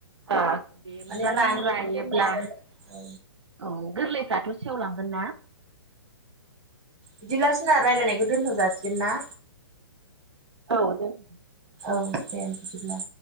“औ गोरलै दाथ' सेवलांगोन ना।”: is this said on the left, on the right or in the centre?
Right